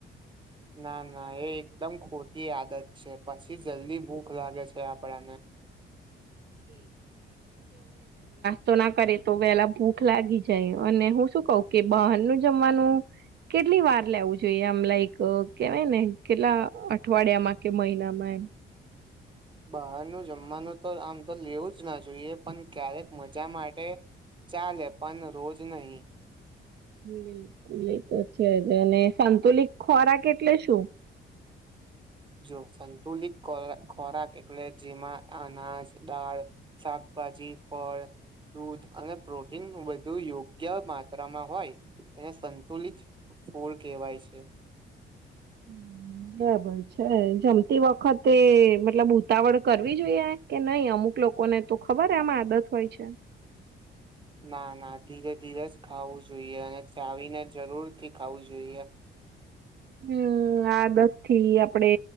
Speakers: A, on the right; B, on the right.
A: ના ના એ એકદમ ખોટી આદત છે, પછી જલ્દી ભૂખ લાગે છે, આપણાને
B: તો ના કરે તો વેલા ભૂખ લાગી જાય અને હું શું કહું કે બહારનું જમવાનું કેટલી વાર લેવુ જોઈએ આમ લાઈક કેવાય ને કેટલા અઠવાડિયામાં કે મહિનામાં એમ <inaudible>
A: બહારનું જમવાનું તો આમ તો લેવું જ ના જોઈએ પન ક્યારેક મજા માટે ચાલે પણ રોજ નહી
B: બિલકુલ એતો છે, જ અને સંતુલિત ખોરાક એટલે શું? હ
A: જો સંતુલિત ખો ખોરાક એટલે જેમાં અનાજ દાળ શાક ભાજી, ફળ, દૂધ અને પ્રોટીન વધુ યોગ્ય માત્રામાં હોય એને સંતુલિત ફૂડ કેવાય છે.
B: <inaudible> હમ. બરાબર છે જમતી વખતે મતલબ ઉતાવળ કરવી જોઈએ કે નહી અમુક લો કોને તો ખબર એમ આદત હોય છે.
A: ના ના ધીરે ધીરે જ ખાવું જોઈએ અને ચાવીને જરૂરથી ખાવું જોઈએ
B: હ હમ આદત થી આપડે